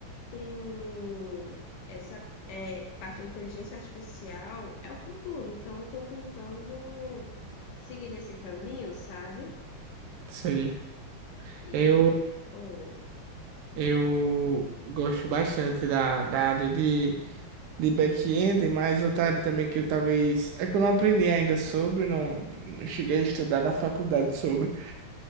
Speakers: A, on the left; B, on the right.
A: com essa é, parte de inteligência artificial é o futuro. Então, eu estou tentando seguir nesse caminho, sabe?
B: Sei.
A: E.
B: Eu,
A: Oi.
B: eu gosto bastante da, da área de, de back-end, mas outra área também que eu talvez. É que eu não aprendi ainda sobre, não cheguei a estudar na faculdade sobre.